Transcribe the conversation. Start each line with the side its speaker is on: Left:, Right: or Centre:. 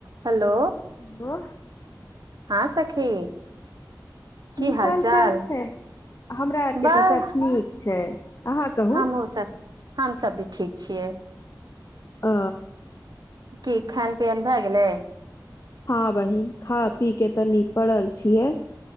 Right: Hello
Left: hello
Right: हँ सखी
Left: की
Right: हाल
Left: हाल-चाल
Right: चाल
Left: छै, हमरा आर
Right: बस
Left: के ते सब नीक छै। अहाँ कहू
Right: हमहु सब, हम सब भी ठीक छीये।
Left: आ
Right: की खान पियन भए गेलै?
Left: हँ बहिन खा पी के तऽनी पड़ल छियै।